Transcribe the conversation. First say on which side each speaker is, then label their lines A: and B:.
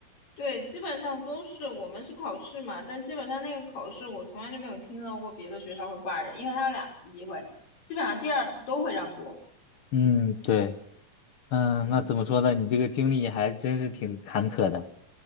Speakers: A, on the left (about 75°); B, on the left (about 60°).
A: 对，基本上都是我们是考试嘛，但基本上那个考试我从来就没有听到过别的学校会挂人，因为它有两次机会，基本上第二次都会让过。
B: 嗯，对，嗯，
A: 嗯，
B: 那怎么说呢？你这个经历还真是挺坎坷的。